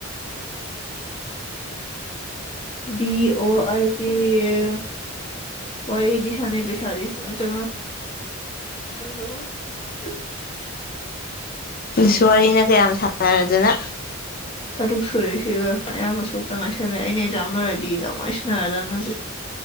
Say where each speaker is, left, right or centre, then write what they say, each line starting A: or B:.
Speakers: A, on the left; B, on the left.
A: <unintelligible> <inaudible>
B: ꯕꯤ ꯑꯣ ꯑꯥꯏ ꯄꯤ ꯑꯦ ꯋꯥꯔꯤꯗꯤ ꯁꯥꯟꯅ ꯄꯩꯁꯥꯗꯤꯁ ꯆꯪ ꯣ <unintelligible> <inaudible>
A: ꯁ ꯋꯥꯔꯤꯅ ꯀꯌꯥꯝ ꯁꯥꯟꯅꯔꯗꯨꯅ
B: ꯇꯔꯨꯛ ꯁꯨꯔꯦꯁꯤꯒ ꯑꯌꯥꯝꯕ ꯁꯣꯛꯇ ꯉꯥꯏꯁꯜꯂꯦ ꯑꯩꯅ ꯑꯦꯛꯖꯥꯝ ꯂꯣꯏꯔꯗꯤ ꯌꯥꯝꯉꯥꯏ ꯁꯟꯅꯔꯗꯕꯅꯤ ꯍꯧꯖꯤꯛ